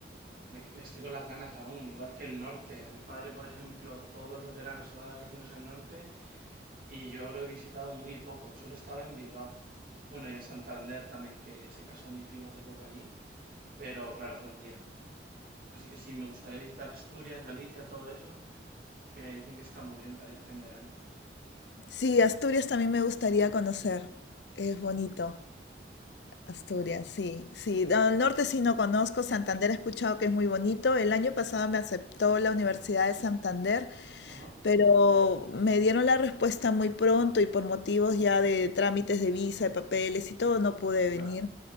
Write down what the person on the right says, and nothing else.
me, qui- estoy con las ganas aún, igual que el norte. A mi padre, por ejemplo, todos los veranos se va de vacaciones al norte y yo lo he visitado muy poco. Solo estaba en Bilbao. Bueno, y en Santander también, que se casó mi primo hace poco allí. Pero claro, fue un día. Así que sí, me gustaría visitar Asturias, Galicia, todo eso, que dicen que está muy bien para irte en verano.
Ajá,
claro,